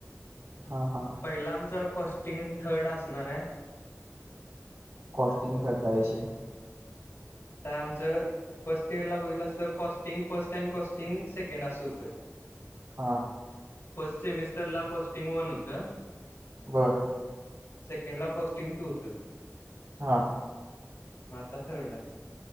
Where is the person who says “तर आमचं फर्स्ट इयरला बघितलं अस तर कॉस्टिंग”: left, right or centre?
Left